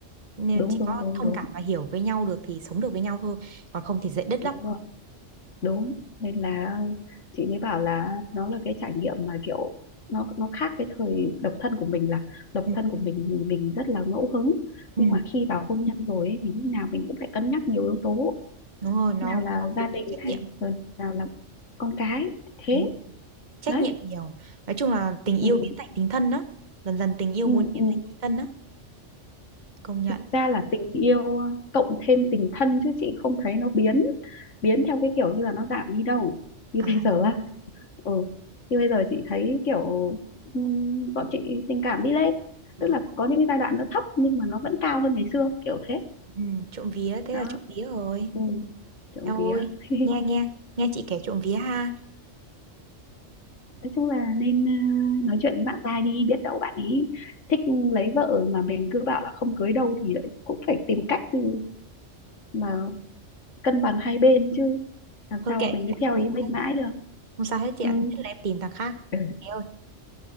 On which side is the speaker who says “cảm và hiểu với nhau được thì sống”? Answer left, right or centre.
Right